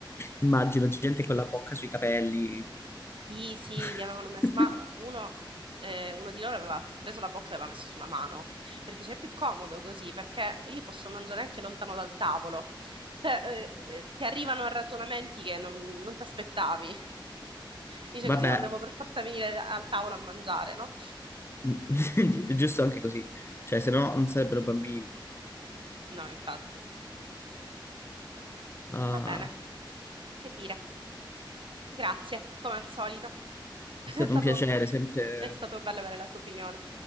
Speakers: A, on the left (about 30°); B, on the right (about 80°).
A: Immagino gente con la bocca sui capelli.
B: Sì, sì,
A: <laughs>
B: gli avevano messo, ma uno, eh, uno di loro aveva preso la bocca e l'aveva messo su una mano, perché c'è più comodo così, perché io posso mangiare anche lontano dal tavolo, cioè eh, eh, ti arrivano ragionamenti che non, non ti aspettavi, <laughs> dice
A: Vabbè,
B: così non devo per forza venire al tavolo a mangiare, no?
A: <laughs> è giusto anche così. Cioè, se no non sarebbero bambini.
B: No, infatti.
A: Ah,
B: Va bene, che dire. Grazie, come al solito. <laughs> È
A: è stato
B: stato,
A: un piacere, sempre...
B: è stato bello avere la tua opinione.